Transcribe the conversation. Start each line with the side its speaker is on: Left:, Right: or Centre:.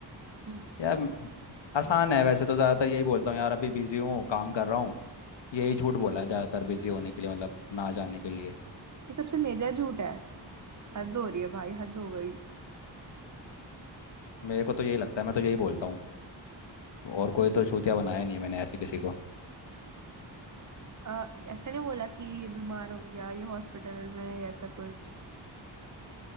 Right: हम्म
Left: यार म- आसान है वैसे तो ज़्यादातर यही बोलता हूँ यार अभी बिजी हूँ काम कर रहा हूँ यही झूठ बोला है ज़्यादातर बिजी होने के लिए मतलब ना जाने के लिए
Right: ये सबसे मेजर झूठ है हद हो रही है भाई हद हो गई
Left: मेरे को तो यही लगता है मैं तो यही बोलता हूँ और कोई तो छूतिया बनाया नहीं है मैंने ऐसे किसी को
Right: अ, ऐसा नहीं बोला कि ये बीमार हो गया ये हॉस्पिटल में है, ऐसा कुछ